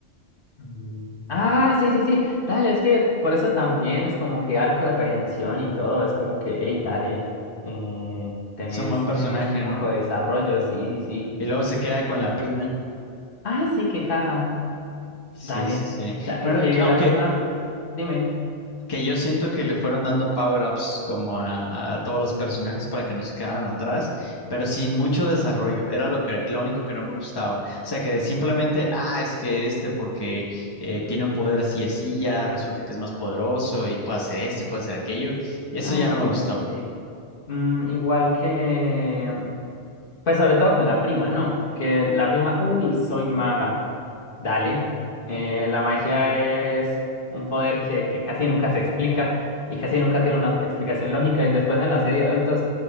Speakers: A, on the left; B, on the left.
A: Mm. ah, sí, sí, sí. Dale, es que por eso también es como que arco de redención y todo. Es como que, hey, dale, eh, tenés,
B: Es un buen personaje,
A: tenés un poco
B: ¿no?
A: de desarrollo, sí, sí, sí.
B: Y luego se queda con la prima.
A: Ah, sí, qué caja.
B: Sí,
A: Dale.
B: sí, sí.
A: O sea,
B: Bueno,
A: que
B: yo- aunque
A: la prima, dime.
B: que yo siento que le fueron dando power-ups como a, a todos los personajes para que no se quedaran atrás, pero sin mucho desarrollo. Era lo que, lo único que no me gustaba. O sea, que simplemente, ah, es que este porque eh, tiene un poder así y así, ya resulta que es más poderoso y puede hacer esto y puede hacer aquello. Eso
A: Ah,
B: ya no
A: ok,
B: me gustó.
A: dale, sí. Mm, igual que. Pues sobre todo con la prima, ¿no? Que la prima, uy, soy maga. Dale. Eh, la magia es un poder que, que casi nunca se explica y casi nunca tiene una explicación lógica. Y después en la serie de adultos,